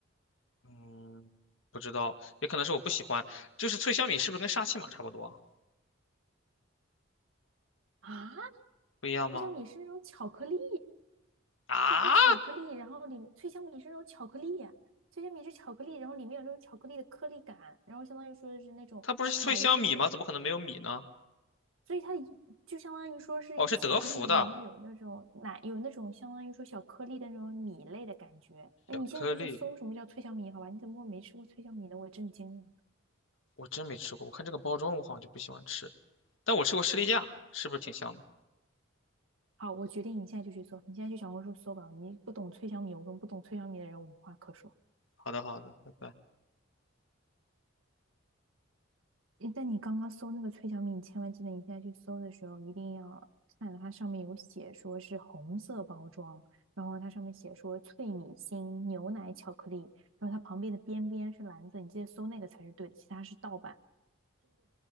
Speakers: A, on the left; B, on the right.
A: 嗯，不知道，也可能是我不喜欢。就是脆香米是不是跟沙琪玛差不多啊
B: 啊，
A: 不一样吗？
B: 脆香米是那种巧克力，
A: 啊？
B: 就是它巧克力，然后里脆香米是那种巧克力脆香米是巧克力，然后里面有那种巧克力的颗粒感，然后相当于说是那种奶油口感，
A: 它不是脆香米吗？怎么可能没有米呢？
B: 所以它一就相当于说是一个巧克力里面有那种奶，
A: 哦，是德芙的
B: 有那种相当于说小颗粒的那种米类的感觉。哎，
A: 巧克力，
B: 你现在就去搜什么叫脆香米，好吧？你怎么会没吃过脆香米呢？我震惊了。
A: 我真没吃过。我看这个包装，我好像就不喜欢吃，但我吃过士力架，是不是挺香的？
B: 好，我决定你现在就去搜，你现在去小红书搜吧。你不懂脆香米，我跟不懂脆香米的人无话可说。
A: 好的，好的，拜拜。
B: 诶但你刚刚搜那个脆小米，你千万记得，你现在去搜的时候一定要看它上面有写说是红色包装，然后它上面写说脆米心、牛奶巧克力，然后它旁边的边边是蓝色，你记得搜那个才是对的，其他是盗版。